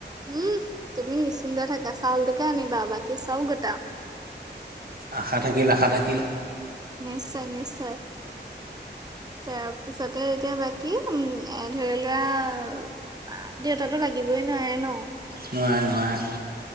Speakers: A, on the right (about 20°); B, on the right (about 55°).
A: উম তুমি নিচিন্ত থাকা চাউলটোকে আনিবা বাকী চাও গোটা
B: আশা থাকিল আশা থাকিল
A: নিশ্চয় নিশ্চয় তাৰপিছত তই এতিয়া বাকী উম এ ধৰি লোৱা ইবাৰ দেউতাতো লাগিবই নোৱাৰে ন
B: নোৱাৰে-নোৱাৰে।